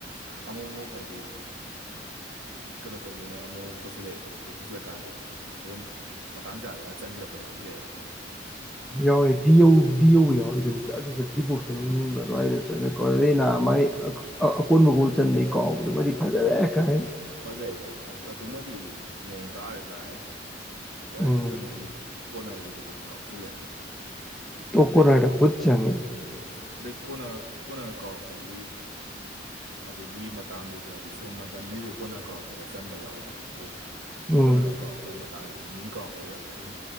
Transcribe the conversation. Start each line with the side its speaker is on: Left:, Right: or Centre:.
Right: ꯑꯃꯨꯛ ꯑꯃꯨꯛ ꯍꯥꯏꯗꯤ ꯀꯩꯅꯣ ꯇꯧꯗꯅ ꯑꯃꯨꯃꯨꯛ ꯄꯨꯁꯤꯜꯂꯛꯑꯦꯗꯅ ꯑꯗꯨ ꯄꯨꯁꯤꯜꯂꯀꯥꯟꯗꯨꯗ ꯑꯗꯨꯝ ꯃꯇꯥꯡ ꯆꯥꯗꯅ ꯆꯟꯁꯤꯜꯂꯛꯄ ꯌꯥꯎꯁꯤꯜꯂꯛꯑꯦꯗꯣ
Centre: ꯌꯥꯎꯋꯦ ꯗꯤ ꯌꯧ ꯗꯤ ꯌꯧꯕ ꯌꯥꯎꯋꯦ ꯑꯗꯨꯃꯤ ꯆꯠ ꯑꯗꯨ ꯆꯠ ꯗꯤ ꯕꯣꯛꯁꯨ ꯃꯅꯨꯡ
Right: ꯎꯝ
Centre: ꯑꯗꯨꯋꯥꯏꯗ ꯗꯩ ꯅꯍ ꯃꯥꯏ ꯑꯀꯣꯟ ꯃꯒꯣꯜ ꯆꯟꯕꯩ ꯀꯥꯎꯕꯗꯨꯃꯗꯤ ꯐꯖꯔꯦ ꯈꯥꯏ
Right: ꯐꯖꯩ ꯑꯗꯨꯃꯗꯤ ꯃꯑꯣꯡ ꯇꯥꯔꯦ ꯀꯥꯏ ꯗꯥꯏꯔꯦꯛ
Centre: ꯎꯝ
Right: ꯀꯩꯅꯣꯒꯤ ꯀꯣꯅꯔꯒꯤꯗꯨꯗ ꯀꯥꯎꯁꯤꯜꯂꯛꯑꯦ
Centre: ꯇꯣꯞ
Right: ꯑꯗꯩ
Centre: ꯀꯣꯔꯅꯔꯗ ꯐꯨꯠ ꯆꯪꯉꯦ
Right: ꯎ ꯑꯗꯩ ꯀꯣꯅꯔ ꯀꯣꯅꯔ ꯀꯥꯎꯔꯛꯄꯒꯤ ꯑꯗꯨꯒꯤ ꯃꯇꯥꯡꯗꯨꯁꯨ ꯍꯥꯏꯗꯤ ꯁꯣꯝ ꯅꯥꯀꯟꯒꯤꯁꯨ ꯀꯣꯅꯔ ꯀꯧꯔꯛꯄꯗ ꯆꯟꯕ ꯌꯥꯎꯋꯦꯗꯅ ꯑꯗꯨꯗ
Centre: ꯎꯝ
Right: ꯀꯣꯅꯔ ꯀꯥꯎ ꯃꯒꯤ ꯃꯇꯥꯡꯁꯤ ꯃꯤꯟ ꯀꯧꯔꯛꯄꯩꯗ ꯑꯗꯨꯝ